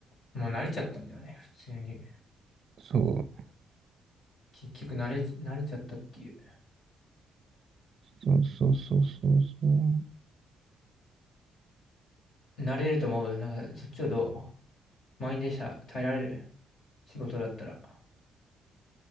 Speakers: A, on the left; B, on the right.
A: もう慣れちゃったんだよね、普通に。
B: そう。
A: 結局慣れ、慣れちゃったっていう。
B: そうそうそうそうそう。
A: 慣れると思う。なんか、そっちをどう満員電車耐えられる仕事だったら。